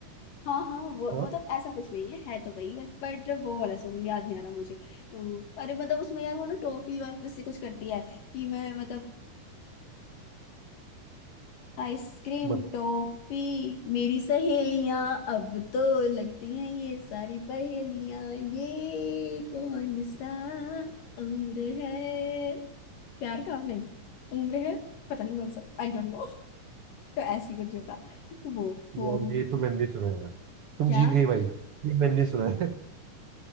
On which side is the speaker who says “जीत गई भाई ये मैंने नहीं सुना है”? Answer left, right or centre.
Right